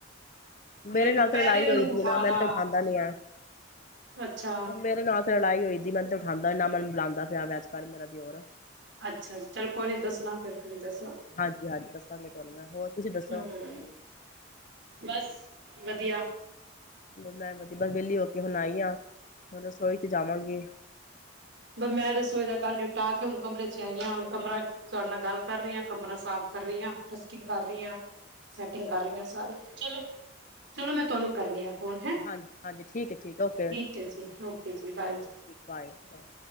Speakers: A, on the left; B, on the right.
A: ਮੇਰੇ
B: ਨਹੀਂ
A: ਨਾਲ
B: ਦੁਪਹਿਰੇ
A: ਤੇ ਲੜਾਈ
B: ਉਹਨੂੰ
A: ਹੋਈ ਦੀ
B: ਉਠਾਣਾ
A: ਏ ਨਾ ਮੈਨ ਤੇ ਉਠਾਦਾ ਨੀ ਏ,
B: ਅੱਛਾ,
A: ਮੇਰੇ ਨਾਲ ਲੜਾਈ ਹੋਈਦੀ ਮੇਨ ਤੇ ਉਠਾਦਾ ਨਾ ਮੈਨ ਬੁਲਾਦਾ ਪਿਆ ਵੇ, ਅਜ ਕੱਲ ਮੇਰਾ ਦਿਓਰ
B: ਅੱਛਾ ਚਲੋ ਕੋਈ ਨੀ ਦੱਸਣਾ ਫਿਰ ਤੁਸੀਂ ਦਸ
A: ਹਾਂਜੀ-ਹਾਂਜੀ ਦੱਸਾਂਗੇ ਤੁਹਾਨੂੰ ਮੈਂ ਹੋਰ ਤੁਸੀਂ ਦੱਸੋ?
B: <unintelligible> ਬਸ ਵਧੀਆ
A: ਮੈਂ ਵਧੀ ਬ ਵਿਹਲੀ ਹੋ ਕੇ ਹੁਣ ਆਈ ਆ, ਹੁਣ ਰਸੋਈ ਚ ਜਾਵਾਂਗੀ।
B: ਬ ਮੈਂ ਰਸੋਈ ਦਾ ਕੰਮ ਨਿਪਟਾ ਕੇ ਹੁਣ ਕਮਰੇ ਚ ਆਈ ਹਾਂ ਹੁਣ ਕਮਰਾ ਤੁਹਾਡੇ ਨਾਲ ਗੱਲ ਕਰ ਰਹੀ ਹਾਂ, ਕਮਰਾ ਸਾਫ਼ ਕਰ ਰਹੀ ਹਾਂ ਡਸਟਿੰਗ ਕਰ ਰਹੀ ਹਾਂ, ਸੈਟਿੰਗ ਕਰ ਰਹੀ ਹਾਂ ਸਾਰੀ ਚਲੋ ਚਲੋ ਮੈਂ ਤੁਹਾਨੂੰ ਕਰਨੀ ਆ ਫੋਨ ਹੈ
A: ਹਾਂਜੀ-ਹਾਂਜੀ ਠੀਕ ਹੈ, ਠੀਕ ਓਕੇ
B: ਠੀਕ ਹੈ ਜੀ ਓਕੇ ਜੀ ਬਾਏ ਜੀ
A: ਬਾਏ ਬਾਏ।